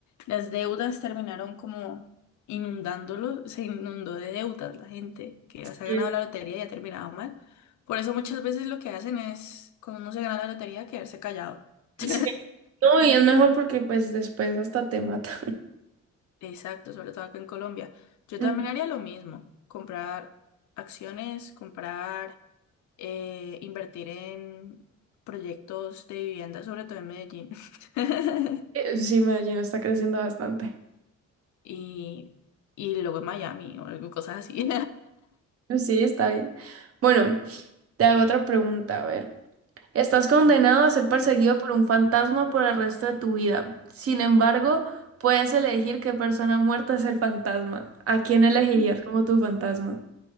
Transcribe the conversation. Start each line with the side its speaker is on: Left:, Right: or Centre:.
Left: Las deudas terminaron como inundándolo, se inundó de deudas la gente que ya se ha
Right: Sí,
Left: ganado la lotería y ha terminado mal. Por eso muchas veces lo que hacen es, cuando uno se gana la lotería, quedarse callado. <laughs>
Right: sí. No, y es mejor porque pues después hasta te mata.
Left: Exacto, sobre todo acá en Colombia. Yo
Right: <laughs>
Left: también
Right: Ujú.
Left: haría lo mismo, comprar acciones, comprar, eh, invertir en proyectos de vivienda, sobre todo en Medellín. <laughs>
Right: Sí, Medellín está creciendo bastante.
Left: Y, y luego en Miami o algo, cosas así.
Right: Sí, está bien. Bueno, te hago otra pregunta, a ver. Estás condenado a ser perseguido por un fantasma por el resto de tu vida. Sin embargo, puedes elegir qué persona muerta es el fantasma. ¿A quién elegirías
Left: <laughs>
Right: como tu fantasma?